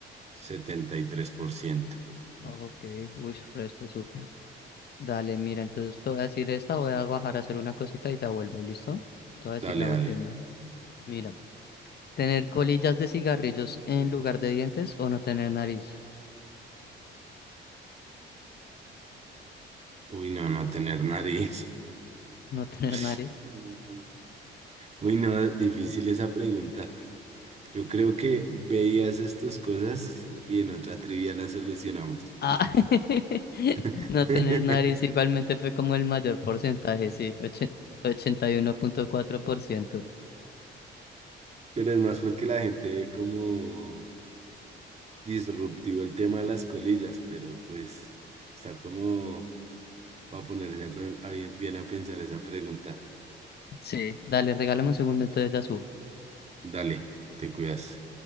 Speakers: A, on the right (about 35°); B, on the left (about 55°).
A: setenta y tres por ciento.
B: Ok, uy, resto súper. Dale, mira, entonces te voy a decir esta, voy a bajar a hacer una cosita y ya vuelvo, ¿listo? Te voy a decir
A: Dale,
B: la
A: dale.
B: última. Mira, tener colillas de cigarrillos en lugar de dientes o no tener nariz.
A: Uy, no, no tener nariz.
B: No <laughs> tener nariz.
A: <laughs> Mm. Uy, no, difícil esa pregunta. Yo creo que veías estas cosas y en otra trivia las solucionamos.
B: Ah, <laughs>
A: <laughs>
B: no tener nariz igualmente fue como el mayor porcentaje, sí, ochen- ochenta y uno punto cuatro por ciento
A: Pero es más porque la gente ve como disruptivo el tema de las colillas, pero pues está como para ponerse a pe- a bien, bien a pensar esa pregunta.
B: Sí, dale, regálame un segundo, entonces la subo.
A: Dale, te cuidas.